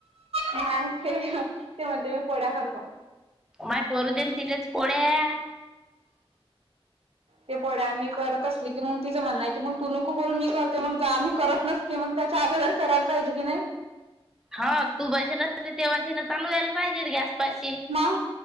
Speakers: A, on the right; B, in the centre.
A: मा ते ते म्हणते मी पोळ्या करतो
B: माय करू देन तिलेच पोळ्या
A: ते पढ्या आम्ही करत असली की मग तिचं म्हणणं की मग तू नको करून मी करते मग जा आम्ही करत नसते. कि मग त्याच्या अगोदर करायला पाहिजे की नाही.
B: हा तू बसेला तेव्हा ति चालू वयला पाहिजे गॅस पाशी.
A: मग